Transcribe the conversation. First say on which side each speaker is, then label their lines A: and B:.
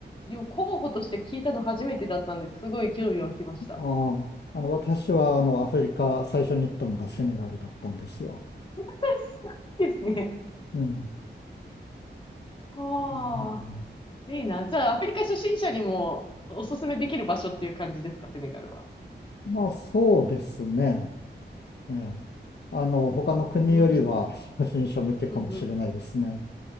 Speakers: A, on the left; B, on the left.
A: よ候補として聞いたの初めてだったんですごい興味湧きました。
B: ああ、あの、私は、あの、アフリカ、最初に行ったのがセネガルだったんですよ。
A: <laughs> ですね。
B: うん。
A: はあ、
B: うん
A: いいな。じゃあ、アフリカ初心者にもおすすめできる場所っていう感じですか、セネガルは。
B: まあ、そうですね。ええ。あの、他の国よりは、
A: わかりました。
B: 初心者向けかもしれないですね。
A: うんうん。